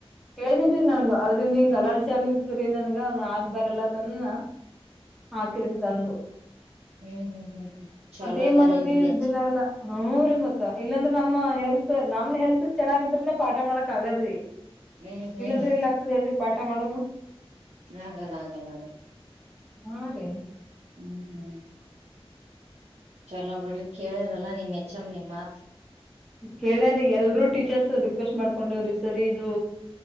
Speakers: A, in the centre; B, on the right (about 90°).
A: ಕೇಳದೇನ್ರಿ ನಂಗ ಅದ್ರಿಂದಿಂಗ್ ಅಲರ್ಜೆ ಆಗ್ಲಿಕತದ್ರಿ ನನ್ಗ ಅದ ಆಗ್ ಬರಲ್ಲ ಅತನನ ಹಾಕಿದ್ರಿ ತಂದು.
B: ಹ್ಮ್ ಹ್ಮ್ ಹ್ಮ್ ಹ್ಮ್ ಹ್ಮ್ ಚಲೋ
A: ಮತ್ತ ಏನ್
B: ಅದಾರೇನ್ರಿ
A: ಮಾಡದ್ರಿ
B: ಅಜ್ಜ
A: ದಿನ ಎಲ್ಲಾ ಹ್ಮು ರೀ ಮತ್ತ ಇಲ್ಲಾಂದ್ರೆ ನ ನಮ್ಮ ಹೆಲ್ತ್ ನಮ್ ಹೆಲ್ತ್ ಚೆನ್ನಾಗಿದ್ರನೆ ಪಾಠ ಮಾಡಕ್ ಆಗಾದ್ರಿ.
B: ಹ್ಮ್ ಹ್ಮ್
A: ಇಲ್ಲಾಂದ್ರೆ ಎಲ್ಲ ಆಗ್ತದೆ ಹೇಳ್ರಿ ಪಾಠ ಪಾಠ ಮಾಡೋದು.
B: ಆಗಲ್ಲ ಆಗಲ್ಲ ಆಗಲ್
A: ಹಾ ರೀ
B: ಹ್ಮ್ ಚಲೋ ಬಿಡ್ರಿ ಕೇಳಿರಲ್ಲ ನಿಮ್ ಹೆಚ್ಚಮ್ಮ ನಿಮ್ ಮಾತ್
A: ಕೇಳ್ಯಾರೀ ಎಲ್ರೂ ಟೀಚರ್ಸ್ ರಿಕ್ವೆಸ್ಟ್ ಮಾಡ್ಕೊಂಡೇವ್ರಿ ಸರ್ ಇದು